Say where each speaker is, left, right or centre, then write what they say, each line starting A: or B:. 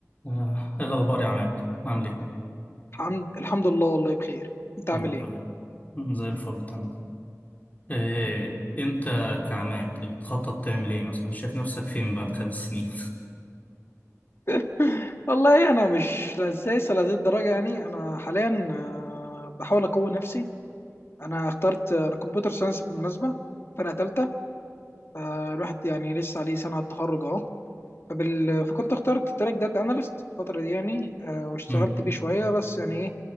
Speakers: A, on the left; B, on the left.
A: آه، إيه الأخبار يا عماد عامل إيه؟
B: الحمد الحمد لله والله بخير انت عامل
A: يا رب
B: ايه
A: دايما مم، زي الفل تمام إيه أنت كعماد بتخطط تعمل إيه مثلا شايف نفسك فين بعد خمس سنين؟
B: <laughs> والله انا مش لسه لهذه الدرجه يعني انا حاليا آه، بحاول اقوي نفسي انا اخترت انا كمبيوتر ساينس بالمناسبه فرقه ثالثه فالواحد يعني لسه عليه سنه على التخرج اهو فبال... فكنت اخترت تراك داتا اناليست الفتره دي يعني آه، واشتغلت
A: <laughs> مم.
B: بيه شويه بس يعني ايه